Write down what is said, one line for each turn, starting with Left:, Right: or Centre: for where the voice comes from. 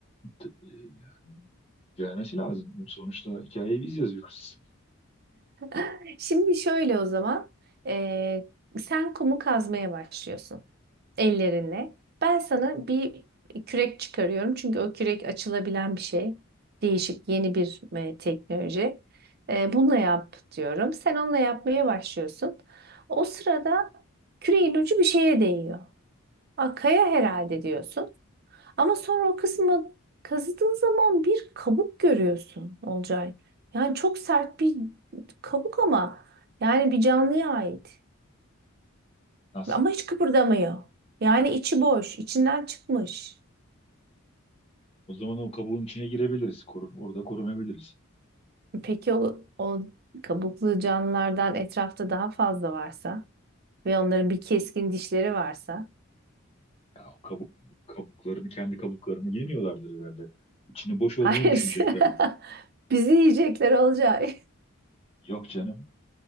Left: T- e, Gelmesi lazım. Bu Sonuçta hikayeyi biz yazıyoruz.
Right: <laughs> Şimdi şöyle o zaman. Ee, sen kumu kazmaya başlıyorsun ellerinle. Ben sana bir kürek çıkarıyorum. Çünkü o kürek açılabilen bir şey. Değişik yeni bir e, teknoloji. Ee, bununla yap diyorum. Sen onunla yapmaya başlıyorsun. O sırada küreğin ucu bir şeye değiyor. Aa, kaya herhalde diyorsun. Ama sonra o kısmı kazıdığın zaman bir kabuk görüyorsun Olcay. Yani çok sert bir kabuk ama yani bir canlıya ait.
Left: Nasıl?
Right: Ama hiç kıpırdamıyor. Yani içi boş, içinden çıkmış.
Left: O zaman o kabuğun içine girebiliriz. Korun, orada korunabiliriz.
Right: Peki o, o kabuklu canlılardan etrafta daha fazla varsa ve onların bir keskin dişleri varsa?
Left: Ya o kabuk, kabuklarını, kendi kabuklarını yemiyorlardır herhalde. İçinin boş
Right: Hayır.
Left: olduğunu düşünecekler.
Right: <laughs> Bizi yiyecekler Olcay.
Left: Yok canım.